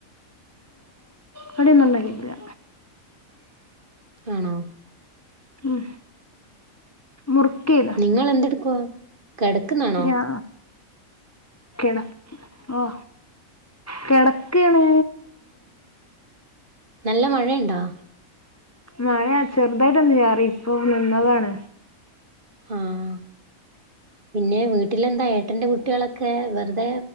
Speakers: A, on the left; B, on the right.
A: കടി ഒന്നും ഉണ്ടാക്കീട്ടില്ല
B: ആണോ
A: ഉം മുർക്ക ആയിരുന്നു
B: നിങ്ങള് എന്തെടുക്കുവാ കിടക്കുന്നാണോ
A: ഞാ കിട ഓ കിടക്കാണ്
B: നല്ല മഴയുണ്ടോ
A: മഴ ചെറുതായിട്ട് ഒന്ന് ചാറി ഇപ്പൊ നിന്നതാണ്
B: ആഹ് പിന്നെ വീട്ടിലെന്താ ഏട്ടന്റെ കുട്ടികളൊക്കെ വെറുതെ